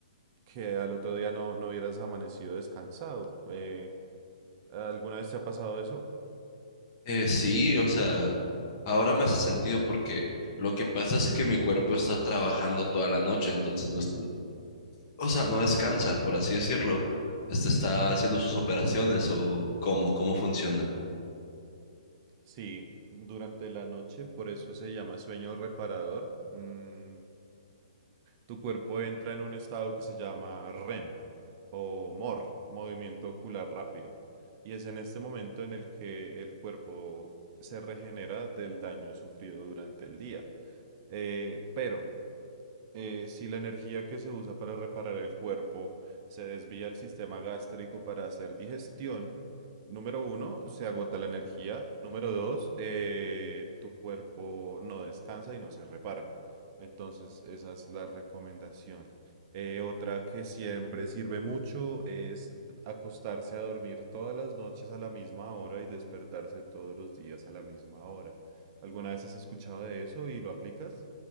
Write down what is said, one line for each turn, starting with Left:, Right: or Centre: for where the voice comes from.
Right: que al otro día no, no hubieras amanecido descansado. Eh, ¿alguna vez te ha pasado eso?
Left: Eh, sí, o sea, ahora me hace sentido porque lo que pasa es que mi cuerpo está trabajando toda la noche, entonces no es- o sea, no descansa, por así decirlo. Este está haciendo sus operaciones o cómo, cómo funciona.
Right: Sí, durante la noche, por eso se llama sueño reparador. Mm, tu cuerpo entra en un estado que se llama REM o MOR, movimiento ocular rápido. Y es en este momento en el que el cuerpo se regenera del daño sufrido durante el día. Eh, pero eh, si la energía que se usa para reparar el cuerpo se desvía al sistema gástrico para hacer digestión, número uno, se agota la energía. Número dos, eh, tu cuerpo no descansa y no se repara. Entonces, esa es la recomendación. Eh, otra que siempre sirve mucho es acostarse a dormir todas las noches a la misma hora y despertarse todos los días a la misma hora. ¿Alguna vez has escuchado de eso y lo aplicas?